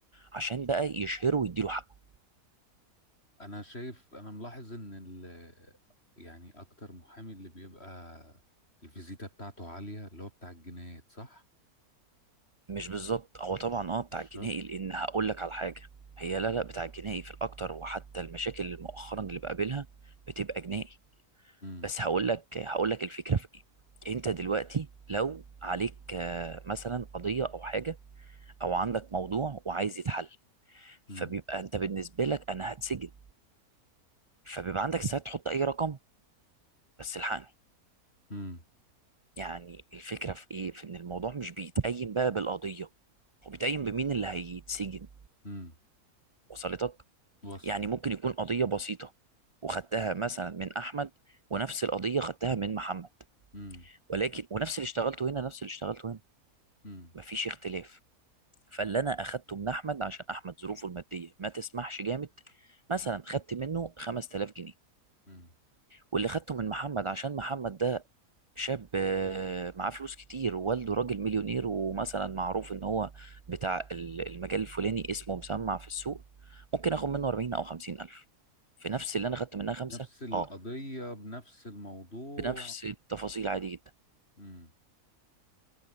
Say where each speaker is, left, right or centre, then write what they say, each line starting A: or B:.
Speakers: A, on the right; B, on the left.
A: عشان بقى يشهره ويديله حقه
B: انا شايف انا ملاحظ ان ال يعني اكتر محامي اللي بيبقى الفيزيتا بتاعته عالية اللي هو بتاع الجنايات صح
A: مش بالظبط هو طبعا اه بتاع
B: مش
A: الجنائي
B: شرط
A: لان هقول لك على حاجة هي لا لا بتاع الجنائي في الاكتر وحتى المشاكل اللي مؤخرا اللي بقابلها بتبقى جنائي
B: امم
A: بس هقول لك هقول لك الفكره في ايه انت دلوقتي لو عليك آه، مثلا قضيه او حاجه او عندك موضوع وعايز يتحل
B: امم
A: فبيبقى انت بالنسبه لك انا هتسجن فبيبقى عندك ساعه تحط اي رقم بس الحقني
B: امم
A: يعني الفكره في ايه في ان الموضوع مش بيتقيم بقى بالقضيه وبيتقيم بمين اللي هيتسجن
B: امم
A: وصلتك
B: وصل
A: يعني ممكن يكون قضيه بسيطه وخدتها مثلا من احمد ونفس القضيه خدتها من محمد
B: امم
A: ولكن ونفس اللي اشتغلته هنا نفس اللي اشتغلته هنا
B: امم
A: مفيش اختلاف فاللي انا اخدته من احمد عشان احمد ظروفه الماديه ما تسمحش جامد مثلا خدت منه 5000 جنيه
B: امم
A: واللي خدته من محمد عشان محمد ده شاب آه، معاه فلوس كتير ووالده راجل مليونير ومثلا معروف ان هو بتاع ال- المجال الفلاني اسمه مسمع في السوق ممكن اخد منه 40 او 50 الف في نفس اللي انا خدت منها خمسة
B: نفس القضية
A: اه
B: بنفس الموضوع
A: بنفس التفاصيل عادي جدا
B: امم